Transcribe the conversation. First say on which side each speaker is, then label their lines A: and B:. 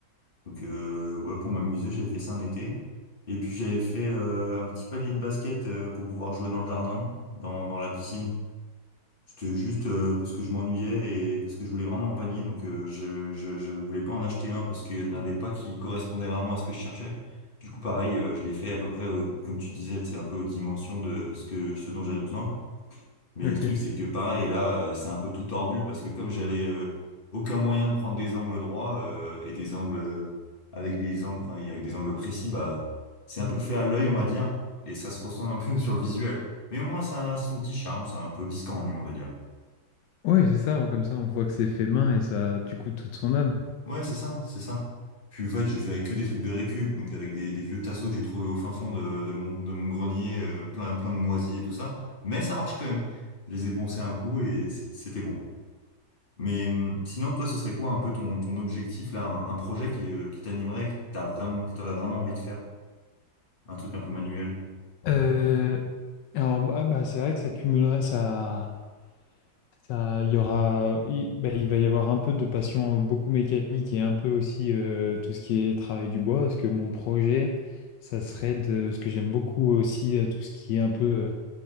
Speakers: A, on the left; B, on the left.
A: Donc, euh, ouais, pour m'amuser, j'avais fait ça un été. Et puis, j'avais fait euh, un petit panier de basket euh, pour pouvoir jouer dans le jardin, dans, dans la piscine. C'était juste euh, parce que je m'ennuyais et parce que je voulais vraiment un panier. Donc euh, je, je, je voulais pas en acheter un parce qu'il n'y en avait pas qui correspondait vraiment à ce que je cherchais. Du coup, pareil, euh, je l'ai fait à peu près, au- comme tu disais, c'est un peu aux dimensions de ce que ce dont j'avais besoin. Mais
B: OK.
A: le truc, c'est que pareil, là, euh, c'est un peu tout tordu parce que comme j'avais euh, aucun moyen de prendre des angles droits euh, et des angles avec des angles, enfin, avec des angles précis, bah c'est
B: Mmh.
A: un peu fait à l'œil, on va dire, et ça se ressent un peu <laughs> sur le visuel. Mais au moins, ça a son petit charme, c'est un peu biscornu, on va dire.
B: Oui, c'est ça, comme ça, on voit que c'est fait main et ça a, du coup, toute son âme.
A: Ouais, c'est ça, c'est ça. Puis en fait, j'ai fait avec que des trucs de récup, donc avec des, des vieux tasseaux que j'ai trouvés au fin fond de, de mon, de mon grenier, euh, plein, plein de moisis et tout ça. Mais ça marche quand même. Je les ai poncés un coup et c'est- c'était bon. Mais hum, sinon, toi, ce serait quoi un peu ton, ton objectif là, un, un projet qui, euh, qui t'animerait, que t'as vraiment, que t'aurais vraiment envie de faire? Un truc un peu manuel.
B: Euh, alors, bah, ah bah, c'est vrai que ça cumulerait, ça, ça, il y aura, il, bah, il va y avoir un peu de passion beaucoup mécanique et un peu aussi euh, tout ce qui est travail du bois, parce que mon projet, ça serait de, ce que j'aime beaucoup aussi, euh, tout ce qui est un peu euh,